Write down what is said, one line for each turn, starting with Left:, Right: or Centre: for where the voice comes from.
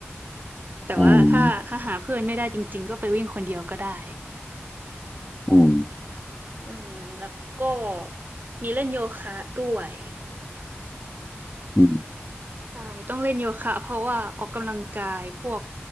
Right: แต่ว่าถ้าถ้าหาเพื่อนไม่ได้จริงๆก็ไปวิ่งคนเดียวก็ได้
Left: อืมอืม
Right: อืมแล้วก็มีเล่นโยคะด้วย
Left: อืม
Right: ใช่ต้องเล่นโยคะเพราะว่าออกกำลังกายพวก